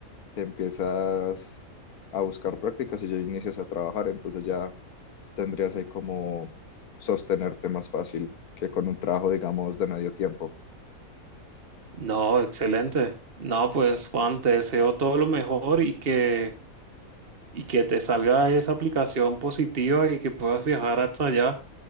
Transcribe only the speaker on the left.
te empiezas a buscar prácticas y ya inicias a trabajar, entonces ya tendrías ahí como sostenerte más fácil que con un trabajo, digamos, de medio tiempo.